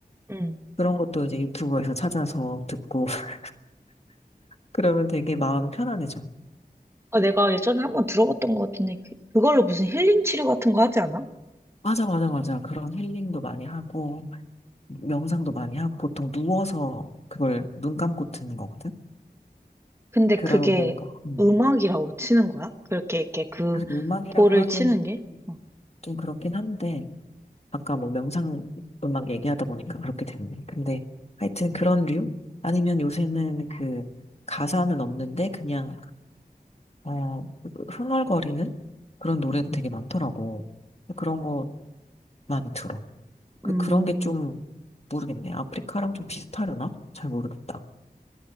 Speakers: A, on the right; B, on the left.
A: 음.
B: 그런 것도 이제 유튜브에서 찾아서 듣고 <laughs> 그러면 되게 마음이 편안해져.
A: 아, 내가 예전에 한번 들어봤던 것 같은데, 그, 그걸로 무슨 힐링 치료 같은 거 하지 않아?
B: 맞아, 맞아, 맞아. 그런 힐링도 많이 하고 명상도 많이 하고 보통 누워서 그걸 눈 감고 듣는 거거든.
A: 근데
B: 그러면
A: 그게
B: 뭔가 음,
A: 음악이라고 치는 거야? 그렇게 이렇게 그
B: 사실 음악이라고
A: 볼을
B: 하긴
A: 치는 게? 어.
B: 좀 그렇긴 한데 아까 뭐 명상 음악 얘기하다 보니까 그렇게 됐네. 근데 하여튼 음. 그런 류? 아니면 요새는 그 가사는 없는데 그냥 어 흥얼거리는 그런 노래도 되게 많더라고. 그런 거 많이 들어. 그
A: 음,
B: 그런 게 좀 모르겠네. 아프리카랑 좀 비슷하려나? 잘 모르겠다.